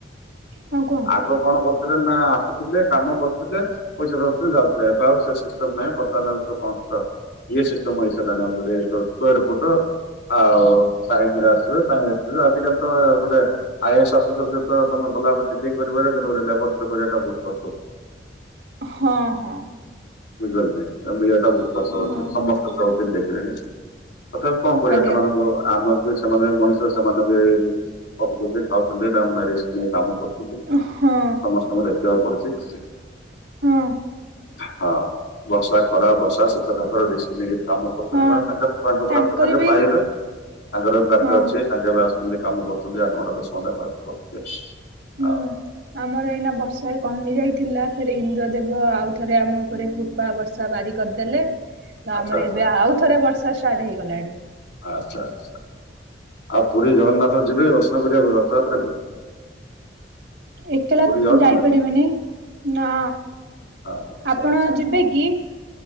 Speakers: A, on the right; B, on the left.
A: ହଁ କୁହନ୍ତୁ
B: ଆଗ କଣ କରୁଥିଲେ ନା ଆସୁଥିଲେ କାମ କରୁଥିଲେ। ପଇସା ଧରୁଥିଲେ ଯାଉଥିଲେ ଏବେ ଆଉ ସେ ସିଷ୍ଟମ ନାହିଁ ବର୍ତ୍ତମାନ ଆଉସବ୍ କନଷ୍ଟ୍ରନ୍ ଏ ସିଷ୍ଟମ୍ ହେଇସାଟି ଲାଗି ଆଲେଡ଼ି ସ୍କ୍ୱେର୍ ଫୁଟ ଆ-ଆଉ ଟାଇମରେ ଆସିବେ ଟାଇମରେ ଯିବେ ଆଜିକାଲି ତ-ଅ ଗୋଟେ ଆଇଏସ୍ ଅଫିସର ସହିତ ତମେ ଭଲ ଭାବରେ ଡିଟେକ କରିପାର କିନ୍ତୁ ଗୋଟେ ଲେବର ସଇତ କରିବାଟା ବୋହୁତ କଷ୍ଟ ହୋଉଚି।
A: ହଁ ହଁ।
B: ବୁଝିପାରିଲେ ନାଁଇ। ମିଳିଆଟା ବହୁତ କଷ୍ଟ
A: ହଁ
B: ହଉଚି। ସମସ୍ତେ <unintelligible> ଦେଖିଲେଣି। ତଥା କଣ କରିବା
A: ଆଜ୍ଞା
B: ସେମାନଙ୍କୁ ଆମର ବି ସେମାନେ ମଣିଷ ସେମାନେ ବି ଖଟୁଛନ୍ତି ଖାଉଛନ୍ତି <unintelligible> ରେଷ୍ଟ ନାହିଁ। କାମ କରୁଛନ୍ତି,
A: ହଁ
B: ସମସ୍ତଙ୍କୁ ଦେଖିବାକୁ ପଡୁଚି।
A: ହୁଁ।
B: ହଁ ବର୍ଷା, ଖରା, ବର୍ଷା, ଶୀତ, କାକର ଡିଷ୍ଟିକ୍ ନେଇକି କାମ କରୁଚନ୍ତି
A: ହଁ
B: ମାନେ ତାଙ୍କର୍ ତାଙ୍କ ପ୍ରାପ୍ୟ
A: ତାଙ୍କର
B: ତାଙ୍କେ
A: ବି
B: ପାଇବେ, ତାଙ୍କର ପ୍ରାପ୍ୟ
A: ହଁ
B: ଅଛି। ସାଙ୍ଗରେ ବା ଆସୁଥିଲେ କାମ କରୁଛନ୍ତି ଆଠ ଘଣ୍ଟା ଦଶ ଘଣ୍ଟା। <unintelligible>
A: ହୁଁ ଆମର ଏଇନା ବର୍ଷାରେ କମି ଯାଇଥିଲା। ଫେରେ ଇନ୍ଦ୍ର ଦେବ ଆଉ ଥରେ ଆମ ଉପରେ କୃପା ବର୍ ର୍ଷା ବାରି କରିଦେଲେ। ତ
B: ଆଚ୍ଛା
A: ଆମର
B: ଆଚ୍ଛା
A: ଏବେ ଆଉ ଥରେ ବର୍ଷା ଷ୍ଟାର୍ଟ ହେଇଗଲାଣି।
B: ଆଚ୍ଛା ଆଚ୍ଛା। ଆଉ ପୁରୀ ଜଗନ୍ନାଥ ଯିବେ କି ଦର୍ଶନ କରିବାକୁ ରଥଯାତ୍ରା କୁ?
A: ଏକେଲା
B: ପୁରୀ ଯାଉଛନ୍ତି
A: ଯାଇପାରିବିନି ନାଁ।
B: ଆଚ୍ଛା
A: ଆପଣ
B: ଆଚ୍ଛା
A: ଯିବେ କି?